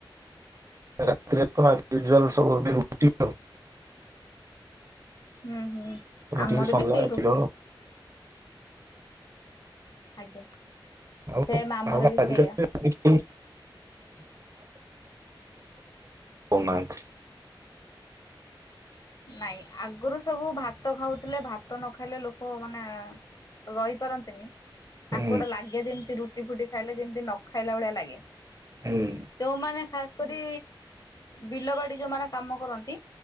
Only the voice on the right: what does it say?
ରାତିରେ ତ <inaudible> ସବୁ ରୁଟି ଆଉ
ରୁଟି
ସନ୍ତୁଳା
କ୍ଷୀର
ଆଉ
ଆଉ
ଆଜିିକାଲି
ରାତିରେ କେହି ଓମ୍ ମାହାନ୍ତ।
ହୁଁ
ହୁଁ।